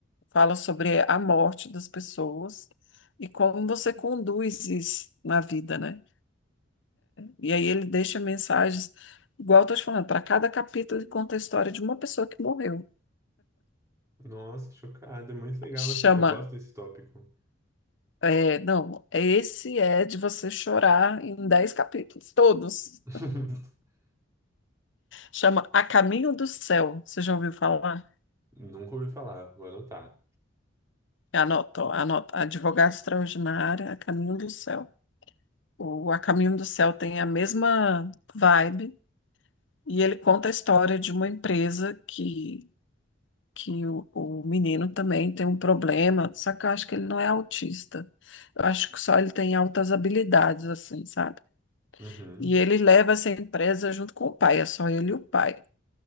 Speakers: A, on the left; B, on the right.
A: fala sobre a morte das pessoas e como você conduz isso na vida, né? E aí ele deixa mensagens, igual eu estou te falando, para cada capítulo ele conta a história de uma pessoa que morreu.
B: <laughs> Nossa, chocado. É muito legal
A: Chama,
B: esse. Eu gosto desse tópico.
A: é, não, esse é de você chorar em dez capítulos, todos.
B: <laughs>
A: Chama A Caminho do Céu. Você já ouviu falar?
B: Nunca ouvi falar. Vou anotar.
A: Anota, ó, anota, Advogada Extraordinária, A Caminho do Céu. O A Caminho do Céu tem a mesma vibe e ele conta a história de uma empresa que, que o, o menino também tem um problema, só que eu acho que ele não é autista. Eu acho que só ele tem altas habilidades, assim, sabe?
B: Uhum.
A: E ele leva essa empresa junto com o pai, é só ele e o pai.